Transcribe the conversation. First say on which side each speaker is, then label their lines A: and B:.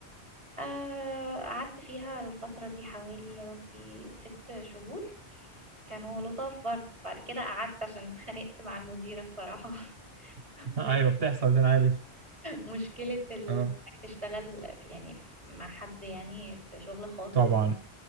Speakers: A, on the right; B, on the right.
A: آه قعدت فيها الفترة دي حوالي يا ربي ست شهور كانوا لطاف برضه بعد كده قعدت عشان اتخانقت مع المديرة بصراحة
B: <laughs>
A: <laughs>
B: ايوه
A: مش
B: بتحصل ده انا عارف
A: مشكلة ال...
B: اه
A: إنك تشتغل في يعني في- مع حد يعني في شغل خاص
B: طبعا